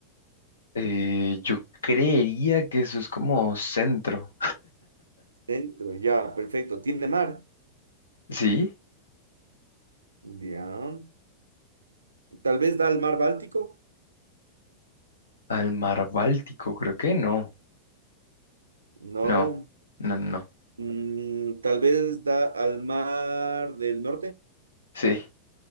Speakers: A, on the left; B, on the right.
A: Eh, yo creería que eso es como centro.
B: Centro, ya, perfecto. ¿Tiene mar?
A: Sí,
B: Ya. ¿Tal vez da al mar Báltico?
A: al mar Báltico, creo que no.
B: No.
A: No, no, no.
B: Mm, tal vez da al mar del norte.
A: Sí,